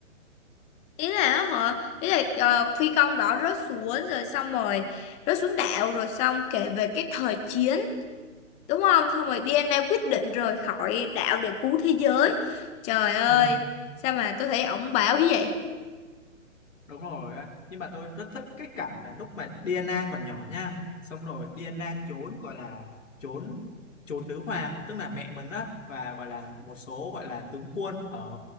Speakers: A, on the left (about 15°); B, on the left (about 70°).
A: ý là họ ý là ờ, phi công đó rớt xuống rồi xong rồi rớt xuống đảo rồi xong kể về cái thời chiến đúng không xong rồi DNA quyết định rời khỏi đảo để cứu thế giới trời ơi
B: ừ.
A: sao mà tôi thấy ổng bảo như vậy
B: đúng rồi á nhưng mà tôi rất thích cái cảnh mà lúc mà Diana còn nhỏ nha xong rồi Diana trốn gọi là trốn trốn nữ hoàng tức là mẹ mình á và gọi là một số gọi là tướng quân ở